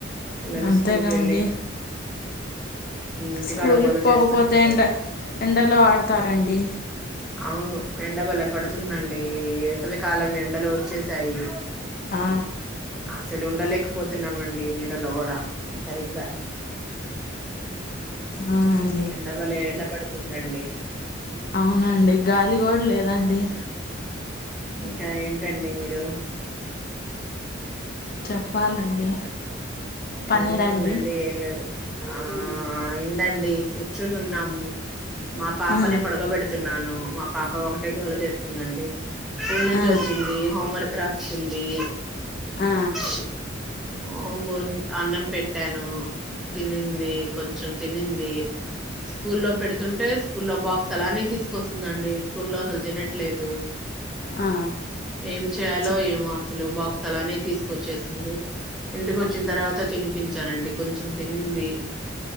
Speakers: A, in the centre; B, on the left.
A: పిల్లలు
B: అంతేగా
A: స్కూల్కి వెళ్ళి
B: అండి
A: ఇంటికాడ
B: స్కూల్కి
A: గోల
B: పోకపోతే
A: చేస్తున్నారు
B: ఎండ ఎండలో ఆడతారండి
A: అవును ఎండ బలపడుతుందండి వేసవి కాలం ఎండలు వచ్చేసాయి
B: ఆ
A: అసలు ఉండలేక పోతున్నామండి నీడలో కూడా సరిగ్గా
B: అవునండి
A: ఎండబలే ఎండ పడుతుందండి
B: అవునండి గాలి గూడ లేదండి అ
A: ఇంకా ఏంటండి మీరు
B: చెప్పాలండి పనేదండి
A: ఏముందండి ఏం లేదు ఆ ఏందండి కూర్చొని ఉన్నాము మా పాపని
B: ఆ
A: పడుకోబెడుతున్నాను మా పాప ఒకటే గోల చేస్తుందండి స్కూల్ నుంచి
B: ఆ
A: వచ్చింది హోం వర్క్ రాసుకుంది.
B: ఆ
A: ఈ <inaudible> ఓ బోన్ అన్నం పెట్టాను తినింది కొంచెం తినింది. స్కూల్లో పెడుతు అంటే స్కూల్లో బాక్స్ అలా అనే తీసుకొస్తుందండి స్కూల్లో అసలు తినట్లేదు.
B: ఆ
A: ఏం చేయాలో
B: చి
A: ఏమో అసలు బా అలానే తీసుకొచ్చేసింది ఇంటిక వచ్చిన తర్వాత తినిపించానండి కొంచెం తినింది.